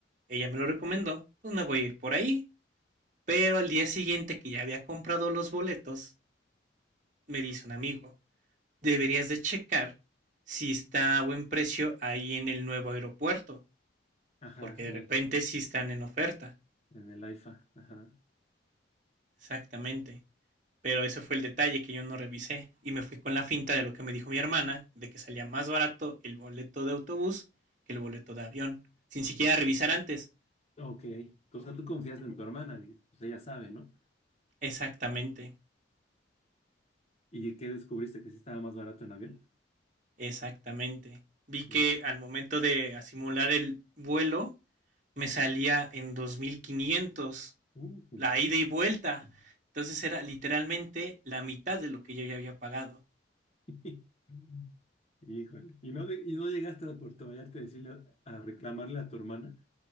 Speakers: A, on the right (about 40°); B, on the left (about 35°).
A: ella me lo recomendó, pues me voy a ir por ahí. Pero al día siguiente que ya había comprado los boletos, me dice un amigo, deberías de checar si está a buen precio ahí en el nuevo aeropuerto,
B: Ajá,
A: porque
B: en
A: de repente
B: el,
A: sí están en oferta.
B: en el AIFA. Ajá.
A: Exactamente. Pero ese fue el detalle que yo no revisé y me fui con la finta de lo que me dijo mi hermana, de que salía más barato el boleto de autobús que el boleto de avión, sin siquiera revisar antes.
B: Ok. O sea, tú confiaste en tu hermana, dijiste, pues ella sabe, ¿no?
A: Exactamente,
B: ¿Y qué descubriste? ¿Que sí estaba más barato en avión?
A: exactamente. Vi que
B: Uh,
A: al momento de simular el vuelo me salía en 2500
B: uh, jule.
A: la ida y vuelta. Entonces era literalmente la mitad de lo que yo ya había pagado.
B: <laughs> Híjole. ¿Y no, de- y no llegaste a Puerto Vallarta a decirle, a reclamarle a tu hermana?